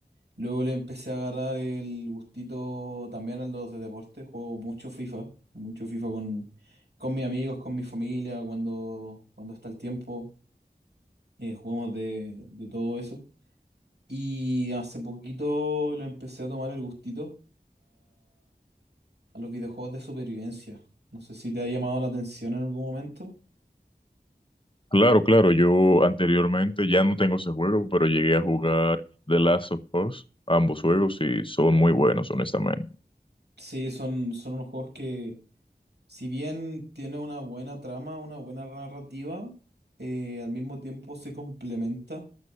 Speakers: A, on the right; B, on the left.
A: Luego le empecé a agarrar el gustito también a los de deporte. Juego mucho FIFA, mucho FIFA con, con mis amigos, con mi familia, cuando, cuando está el tiempo. eh, jugamos de, de todo eso. Y hace poquito le empecé a tomar el gustito a los videojuegos de supervivencia. No sé si te ha llamado la atención en algún momento.
B: Claro, claro, yo anteriormente ya no tengo ese juego, pero llegué a jugar The Last of Us, ambos juegos, y son muy buenos, honestamente.
A: Sí, son, son unos juegos que, si bien tiene una buena trama, una buena narrativa, eh, al mismo tiempo se complementa